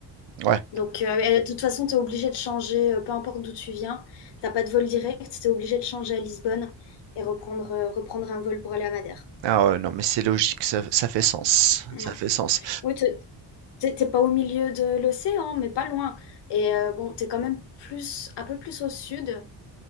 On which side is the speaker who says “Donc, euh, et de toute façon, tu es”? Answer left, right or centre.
Left